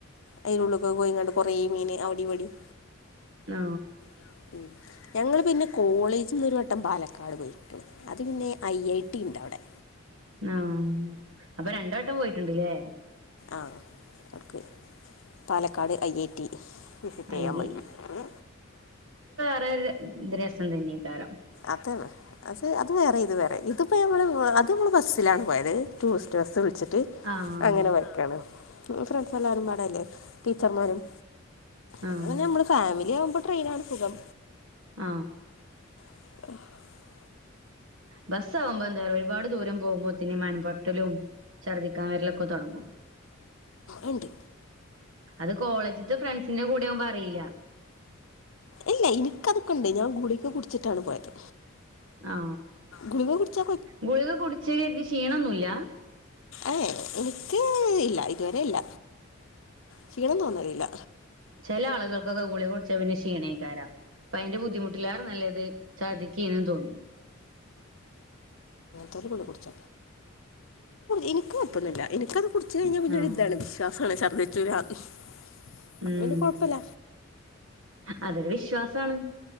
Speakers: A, on the left; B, on the right.
A: അയ്ന്റുള്ളുക്കൊക്കെ പോയിങാണ്ട് കൊറേ മീന് അവ്ടേം ഇവ്ടേം.
B: ആ.....
A: <unintelligible> ഞങ്ങള് പിന്നെ കോളേജിന്നൊരുവട്ടം പാലക്കാട് പോയിക്ക്ണ് അത്പിന്നെ ഐഐടി ണ്ടവ്ടെ.
B: ആ അപ്പൊ രണ്ട് വട്ടം പോയിട്ട്ണ്ട്ലേ.
A: അ അവ്ട്ക്ക് പാലക്കാട് ഐഐടി. വിസിറ്റെയ്യാൻ
B: ഐവി
A: പൊയ്ക്ക്ണ്.
B: തൊരു ത് രസം തന്നേകാരം.
A: അതണ് അത് അത് വേറെ ഇത് വേറെ. ഇതിപ്പോഞമ്മള് വ്.. അത് നമ്മള് ബസ്സിലാണ് പോയത് ടൂറിസ്റ്റ് ബസ്സ്. ച്ചിട്ട്
B: ആഹ്
A: അങ്ങനെപൊയ്ക്കാണ്. മ് ഫ്രണ്ട്സെല്ലാരുമ്പാടെല്ലെ ടീച്ചർമാരും.
B: ആഹ്
A: അങ്ങനെ നമ്മള് ഫാമില്യാവുമ്പോ ട്രെയിനാണ് സുഖം.
B: ആ...
A: <inaudible>
B: ബസാവുമ്പന്താറിയോ ഒരുപാട് ദൂരം പോവുമ്പോത്തിന് മനംപൊരട്ടലും ഛർദ്ദിക്കാംവരലൊക്കെ തൊടങ്ങും.
A: <inaudible> ണ്ട്.
B: അത് കോളേജ്ത്തെ ഫ്രണ്ട്സിന്റെ കൂടെയാവുമ്പോ അറിയിയില.
A: ഇല്ല ഇനിക്കതൊക്കണ്ട് ഞാൻ ഗുളിക കുടിച്ചിട്ടാണ് പോയത്
B: ആ..
A: ഗുളിക കുടിച്ചാ
B: ഗുളിക കുടിച്ചീന്ന് കരുതി ക്ഷീണൊന്നുല്ല്യാ..
A: എ എ എനിക്ക്... ഇല്ല ഇതുവരെല്ല ക്ഷീണം തോന്നലില്ല
B: ചെലാള്കൾകൊക്കെ ഗുളികൊടിച്ചാപിന്നെ ക്ഷീണാവും അപ്പയ്ന്റെ ബുദ്ധിമുട്ടിലേറെ നല്ലത് ഛർദിക്കേന്ന് തോന്നും
A: തറി ഗുളികട്ച എനിക്ക്‌ പ്പൊന്നില്ല എനിക്കത് കുടിച്ച് കഴിഞ്ഞാ പിന്നൊരുതാണ്
B: ആഹ്
A: വിശ്വാസാണ് ശർദ്ധിചൂലാന്ന്
B: ഉം
A: അപ്പപിന്നെ കൊഴപ്പല്ല
B: അതൊരു വിശ്വാസാണ്